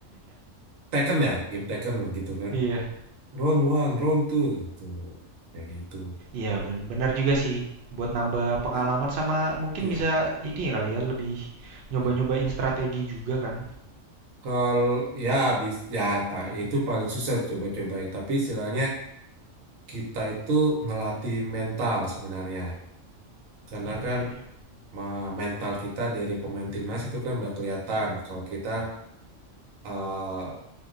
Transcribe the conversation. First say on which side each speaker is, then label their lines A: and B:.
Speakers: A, on the right; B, on the right.
A: Tekken ya, game Tekken gitu kan.
B: iya
A: round one, round two gitu. Kayak gitu.
B: iya ben- benar juga sih buat nambah pengalaman
A: Itu,
B: sama mungkin
A: ya.
B: bisa ini ya kali ya lebih nyoba-nyobain
A: Nah,
B: strategi juga kan.
A: Kalau ya bis ya, ta, ya itu paling susah coba-coba ya. Tapi istilahnya kita itu ngelatih mental sebenarnya. Karena
B: Iya
A: kan
B: iya iya.
A: ma- mental kita dari pemain timnas itu kan udah kelihatan kalau kita eh,